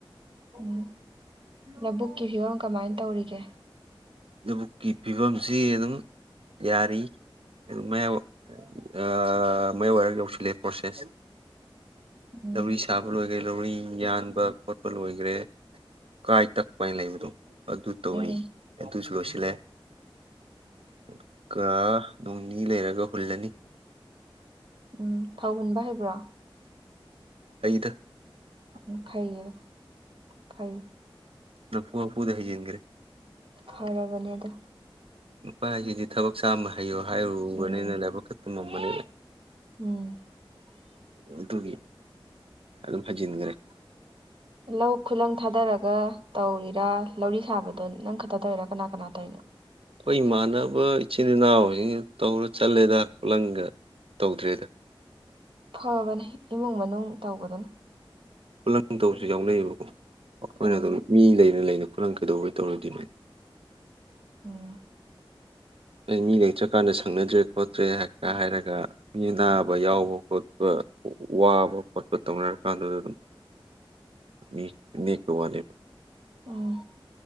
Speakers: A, on the right; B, on the right.
A: ꯎꯝ ꯂꯧꯕꯨꯛ ꯀꯤ ꯐꯤꯕꯝ ꯀꯃꯥꯏꯅ ꯇꯧꯔꯤꯒꯦ
B: ꯂꯧꯕꯨꯛꯀꯤ ꯐꯤꯕꯝꯁꯤ ꯑꯗꯨꯝ ꯌꯥꯔꯤ ꯑꯗꯨꯝ ꯑꯌꯥꯝꯕ ꯑꯥ ꯃꯌꯥꯏ ꯑꯣꯏꯔꯞ ꯌꯧꯁꯤꯜꯂꯛ ꯑ‌ꯦ ꯄ꯭ꯔꯣꯁꯦꯁ
A: ꯎꯝ
B: ꯗꯧꯔꯤ ꯁꯕ ꯑꯣꯏ ꯂꯧꯔꯤ ꯌꯥꯟꯕ ꯈꯣꯠꯄ ꯂꯣꯏꯈ꯭ꯔꯦ ꯀꯥꯏ ꯇꯛꯄ ꯍꯥꯏꯅ ꯂꯩꯕꯗꯣ ꯑꯗꯨ ꯇꯧꯔꯤ
A: ꯎꯝ
B: ꯑꯗꯨꯁꯨ ꯂꯣꯏꯁꯤꯜꯂꯦ ꯑꯗꯨꯒ ꯅꯣꯡꯅꯤ ꯂꯩꯔꯒ ꯍꯨꯜꯂꯅꯤ
A: ꯎꯝ ꯊꯥꯎ ꯍꯟꯕ ꯍꯥꯏꯕ꯭ꯔꯣ
B: ꯍꯩ ꯗ
A: ꯎꯝ ꯐꯩꯌꯦ ꯐꯩ
B: ꯅꯝꯐꯨ ꯅꯝꯐꯨꯗ ꯍꯩꯖꯤꯟꯒꯔꯦ
A: ꯐꯥꯔꯕꯅꯤ ꯑꯗꯨ
B: ꯅꯨꯄꯥꯁꯤꯗꯤ ꯊꯕꯛ ꯆꯥꯝꯃ ꯍꯩꯌꯣ ꯍꯥꯏꯔꯨꯕꯅꯤꯅ
A: ꯎꯝ
B: ꯂꯥꯏꯕꯛꯇꯥ ꯇꯝꯃꯝꯕꯅꯤꯅꯥ
A: ꯎꯝ
B: ꯑꯗꯨꯒꯤ ꯑꯗꯨꯝ ꯍꯩꯖꯤꯟꯈ꯭ꯔꯦ
A: ꯂꯧ ꯈꯨꯂꯪ ꯊꯥꯗꯔꯒ ꯇꯧꯔꯤꯔꯥ ꯂꯧꯔꯤ ꯁꯥꯕꯗꯣ ꯅꯪ ꯈꯛꯇ ꯇꯧꯔ ꯀꯅꯥ ꯀꯅꯥ ꯇꯧꯔꯤꯅꯣ
B: ꯑꯩꯈꯣꯏ ꯏꯃꯥꯟꯅꯕ ꯏꯆꯤꯟ ꯏꯅꯥꯎꯁꯤꯡ ꯇꯧꯔ ꯆꯠꯂꯦꯗ ꯈꯨꯂꯪꯒ ꯇꯧꯗ꯭꯭ꯔꯤꯗ
A: ꯐꯕꯅꯦ ꯏꯃꯨꯡ ꯃꯅꯨꯡ ꯇꯧꯕꯗꯨꯅ
B: ꯈꯨꯂꯪ ꯇꯧꯁꯨ ꯌꯥꯎꯅꯩꯌꯦꯕꯀꯣ ꯑꯩꯈꯣꯏꯅ
A: ꯑꯥ
B: ꯑꯗꯨꯝ ꯃꯤ ꯂꯩꯅ ꯂꯩꯅꯕ ꯈꯨꯂꯪ ꯀꯩꯗꯧꯕꯦ ꯇꯧꯔꯨꯗ‌ꯣꯏꯅ‌ꯣ
A: ꯎꯝ
B: ꯑꯩ ꯃꯤ ꯂꯩꯇ꯭ꯔꯀꯥꯟꯗ ꯁꯪꯅꯗ꯭ꯔꯦ ꯈꯣꯠꯇ꯭ꯔꯦ ꯍꯥꯏꯔꯒ ꯃꯤ ꯑꯅꯥꯕ ꯌꯥꯎꯕ ꯈꯣꯠꯄ ꯋꯥꯕ ꯈꯣꯠꯄ ꯇꯧꯅꯔ ꯀꯥꯟꯗꯨꯗ ꯑꯗꯨꯝ
A: <inaudible>
B: ꯃꯤ ꯅ‌ꯦꯛꯄꯩ ꯋꯥꯅꯤꯦꯕ
A: ꯑꯥ